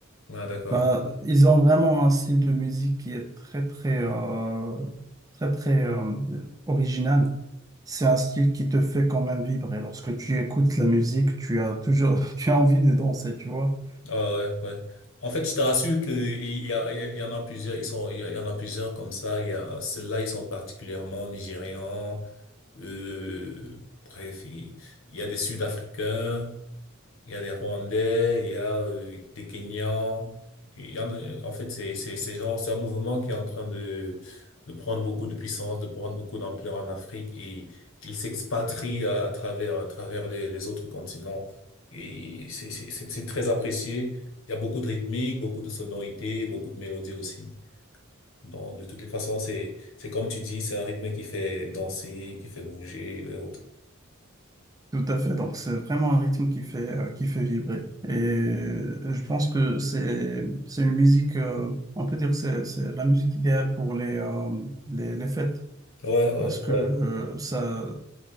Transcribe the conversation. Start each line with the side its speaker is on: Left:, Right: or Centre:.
Left: Ah, d'accord.
Right: Bah, ils ont vraiment un style de musique qui est très très euh, très très euh, original. C'est un style qui te fait quand même vibrer. Lorsque tu écoutes la musique, tu as toujours <laughs> tu as envie de danser, tu vois.
Left: Ah ouais, ouais. En fait, je te rassure qu'il y a, il y en a plusieurs, ils sont, il y en a plusieurs comme ça. Il y a ceux-là, ils sont particulièrement nigérians. Euh, bref, il, il y a des Sud-Africains. Il y a des Rwandais, il y a euh, des Kenyans. Il y en a, euh, en fait, c'est, c'est, c'est genre, c'est un mouvement qui est en train de, de prendre beaucoup de puissance, de prendre beaucoup d'ampleur en Afrique et il s'expatrie à, à travers, à travers les, les autres continents. Et c'est, c'est, c'est c'est très apprécié. Il y a beaucoup de rythmique, beaucoup de sonorités, beaucoup de mélodies aussi. Bon, de toutes les façons, c'est, c'est comme tu dis, c'est un rythme qui fait danser, qui fait bouger et autres.
Right: Tout à fait. Donc c'est vraiment un rythme qui fait euh, qui fait vibrer. Et je pense que c'est c'est une musique. euh, on peut dire que c'est c'est la musique idéale pour les euh, les, les fêtes.
Left: Ouais, ouais,
Right: Parce que
Left: ouais.
Right: euh, ça,